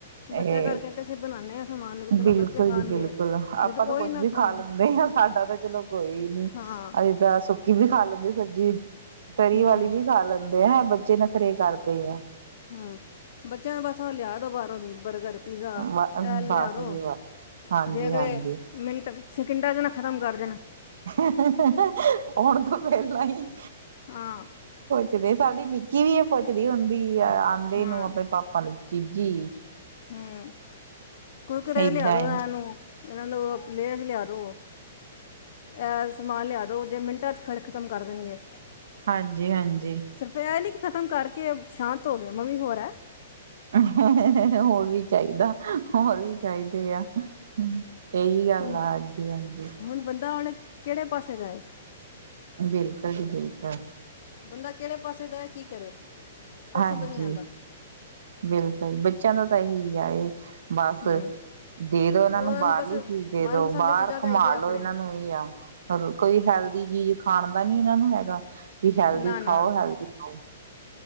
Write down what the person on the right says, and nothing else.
ਇਹ
ਬਿਲਕੁਲ
ਜੀ, ਬਿਲਕੁਲ ਆਪਾਂ
ਤਾਂ ਕੁੱਛ
ਵੀ
ਖਾ ਲੈਂਦੇ ਹਾਂ, ਸਾਡਾ ਤਾਂ ਚਲੋ ਕੋਈ ਨੀ,
ਅਸੀਂ ਤਾਂ ਸੁੱਕੀ ਵੀ ਖਾ ਖਾ ਲੈਂਦੇ ਸਬਜ਼ੀ। ਤਰੀ
ਵਾਲੀ ਵੀ ਖਾ ਲੈਂਦੇ। ਤੇ ਇਹ ਬੱਚੇ ਨਖਰੇ ਕਰਦੇ ਆ।
ਵ
ਬਸ
ਜੀ ਬਸ ਹਾਂਜੀ
ਹਾਂਜੀ
ਹੋਣ ਤੋਂ ਪਹਿਲਾਂ ਹੀ
ਪਚਦੇ ਸਾਡੀ ਨਿੱਕੀ ਵੀ ਇਹ ਪੁਛਦੀ ਹੁੰਦੀ। ਆਉਂਦੇ
ਨੂੰ ਆਪਣੇ ਪਾਪਾ ਨੂੰ। ਚਿੱਜੀ।
ਏਦਾਂ
ਆ
ਹਾਂਜੀ-ਹਾਂਜੀ।
<unintelligible> ਹੋਰ ਵੀ ਚਾਹੀਦਾ। ਹੋਰ ਵੀ ਚਾਹੀਦੇ ਆ ਹ ਇਹੀ ਗੱਲ
ਆ, ਹਾਂਜੀ-ਹਾਂਜੀ।
ਬਿਲਕੁਲ ਜੀ ਬਿਲਕੁਲ।
ਹਾਂਜੀ,
ਬਿਲਕੁਲ ਬੱਚਿਆਂ ਦਾ ਤਾਂ ਇਹੀ ਆ ਇਹ ਬਸ
ਦੇ ਦੋ ਇਹਨਾਂ
ਨੂੰ
ਬਾਹਰਲੀ
ਚੀਜ਼ ਦੇ
ਦੋ ਬਾਹਰ
ਘੁਮਾ
ਲੋੋ ਇਹਨਾਂ ਨੂੰ ਹੀ ਆ ਕੋਈ ਹੈਲਥ ਦੀ ਜੀਜ ਖਾਣ ਦਾ ਨੀ ਇਹਨਾਂ ਨੂੰ ਹੈਗਾ। ਵੀ ਹੈਲਦੀ
ਖਾਓ ਹੈਲਦੀ ਰੋ।